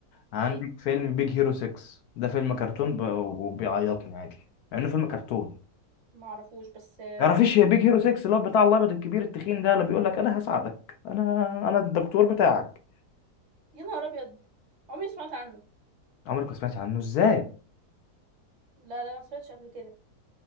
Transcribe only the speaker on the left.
عندك
فيلم بيج هيرو 6 ده فيلم كرتون ب... وبيعيطني عادي مع انه فيلم كرتون
تعرفيش يا بيج هيرو 6 اللي هو بتاع الابيض الكبير التخين ده اللي بيقول لك انا هساعدك انا انا الدكتور بتاعك
عمرك ما سمعتي عنه ازاي